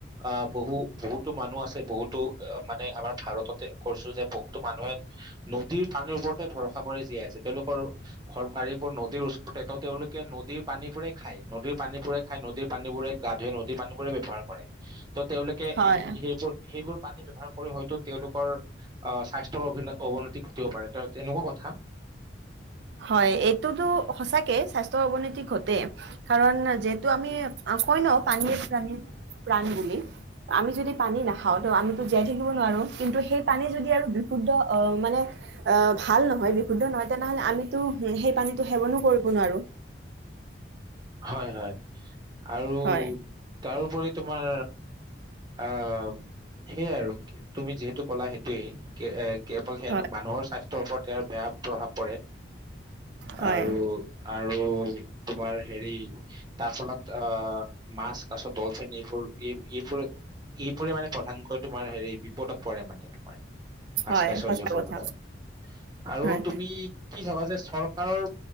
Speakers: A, on the right (about 20°); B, on the right (about 65°).
A: আহ বহু- বহুতো মানুহ আছে বহুতো মানে আমাৰ ভাৰততে কৰিছো যে বহুতো মানুহে, নদীৰ পানীৰ ওপৰতে ভৰসা কৰি জীয়াই আছে, তেওঁলোকৰ ঘৰ- বাৰী বোৰ নদীৰ ওচৰতে তেওঁ-তেওঁলোক নদীৰ পানীবোৰে খায়, নদীৰ পানীবোৰে খায় নদীৰ পানীবোৰে গা- ধুৱে, নদীৰ- পানীবোৰে ব্যৱহাৰ কৰে। তো', তেওঁলোকে
B: হয়
A: সেইবোৰ- সেইবোৰ। পানী ব্যৱহাৰ কৰি হয়তো তেওঁলোকৰ আহ', স্বাস্থ্যৰ অৱনতি ঘটিব পাৰে ত', তেনেকুৱা কথা।
B: হয়', এইটোতো সচাকে স্বাস্থ্য অৱনতি ঘটেই কাৰণ যিহেতু আমি কই ন', পানীয়ে - প্ৰানীৰ - প্ৰাণ বুলি আমি যদি পানী নাখাও ত', আমিতো জীয়াই থাকিব নোৱাৰো। কিন্তু সেই পানী যদি আৰু বিশুদ্ধ অ মানে ভাল নহয় বিশুদ্ধ নহয় তেনেহলে আমিতো সেই পানীটো সেৱনো কৰিব নোৱাৰো।
A: হয়', - হয় ', আৰু
B: হয়,
A: তাৰ ওপৰি তোমাৰ। আহ সেইয়াই আৰু তুমি যিহেতু কলা সেইটোৱেই। এ কেৱল সে
B: হয়,
A: মানুহৰ স্বাস্থ্য। ওপৰত ইয়াৰ বেয়া প্ৰভাৱ পৰে।
B: হয়,
A: আৰু আৰু আৰু তোমাৰ। হেৰি তাৰ ফলত আহ মাছ কাছত। ডলফিন এইবোৰ এই এইবোৰে এইবোৰে মানে প্ৰধানকৈ তোমাৰ হেৰি বিপদত পৰে মানে তোমাৰ মাজ
B: হয়
A: কাচ
B: সঁচা
A: যিবোৰ
B: কথা
A: হয় আৰু
B: হয়
A: তুমি কি ভাবা যে চৰকাৰৰ।